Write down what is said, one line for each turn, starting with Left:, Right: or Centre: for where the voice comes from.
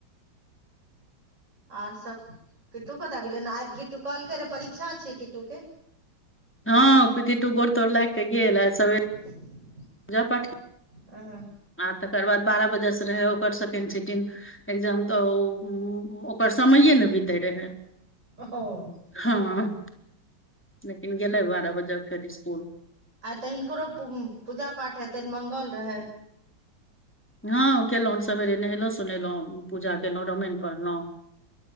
Right: आर सब किट्टू कतय गेलै आय किटटू कहलकै रे परीक्षा छियै किट्टू के
Centre: हँ किट्टु गोर तोर लाइग क गेल आय सबेरे
Right: <inaudible>
Centre: पूज पाठ
Right: हँ
Centre: आ तकर बाद बारह बजे से रहै ओकर सेकेंड सीटिंग एक्जाम तऽ ओ ओ ओ ओकर समयए ने बितै रहै
Right: ओहो
Centre: हँ लेकिन गेलै बारह बजे फेर स्कूल
Right: आइ तऽ हिनकरो पू पूजा पाठ हेतनि मंगल रहय
Centre: हँ केललहुँ सेरे नहेलहुँ सुनेलहुँ पूजा केलहुँ रामायण पढ़लहुँ